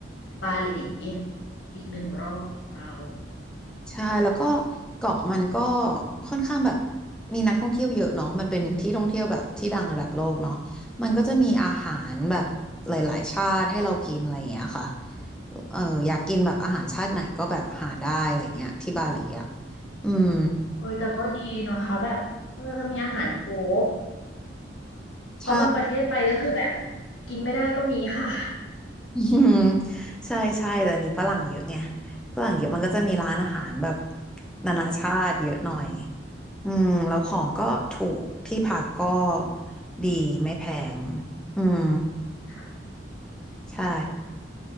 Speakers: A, on the left; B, in the centre.
A: บาหลีอีกหนึ่งรอบของเรา
B: ใช่ แล้วก็เกาะมันก็ค่อนข้างแบบมีนักท่องเที่ยวเยอะเนาะมันเป็นที่ท่องเที่ยวแบบที่ดังระดับโลกเนาะมันก็จะมีอาหารแบบหลายๆชาติให้เรากินอะไรอย่างเงี้ยค่ะเอออยากกินแบบอาหารชาติไหนก็แบบหาได้อะไรเงี้ยที่บาหลีอ่ะอืม
A: โอ้ยแต่ก็ดีเนาะคะแบบเออมีอาหารโคกเพราะบางประเทศไปก็คือแบบ
B: ใช่
A: กินไม่ได้ก็มีค่ะ
B: <laughs> อืมใช่ใช่แต่อันนี้ฝรั่งเยอะไงฝรั่งเยอะมันก็จะมีร้านอาหารแบบนานาชาติเยอะหน่อยอืมแล้วของก็ถูกที่พักก็ดีไม่แพงอืม
A: <laughs> ค่ะ
B: ใช่